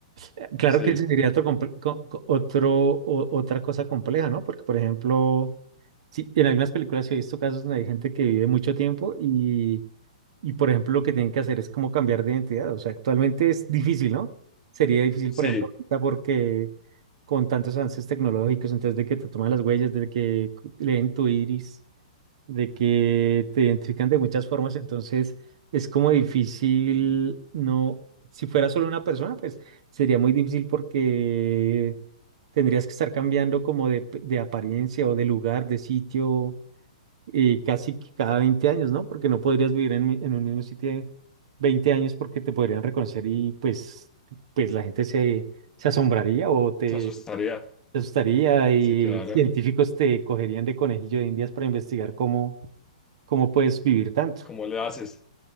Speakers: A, on the right (about 55°); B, on the left (about 15°).
A: Eh, Claro
B: sí,
A: que ese sería otro, comple- co- co- otro, o- otra cosa compleja, ¿no? Porque, por ejemplo, sí, en algunas películas sí he visto casos donde hay gente que vive mucho tiempo y, y, por ejemplo, lo que tienen que hacer es como cambiar de identidad. O sea, actualmente es difícil, ¿no? Sería difícil,
B: sí,
A: por ejemplo, porque con tantos avances tecnológicos, entonces de que te toman las huellas, de que cu- leen tu iris, de que te identifican de muchas formas, entonces es como difícil, no, si fuera solo una persona, pues sería muy difícil porque tendrías que estar cambiando como de, p- de apariencia o de lugar, de sitio. Y casi que cada 20 años, ¿no? Porque no podrías vivir en, mi- en un mismo sitio 20 años porque te podrían reconocer y pues, pues la gente se, se asombraría o te,
B: se asustaría.
A: te asustaría y
B: Sí, claro.
A: <laughs> científicos te cogerían de conejillo de indias para investigar cómo, cómo puedes vivir tanto,
B: ¿Cómo le haces?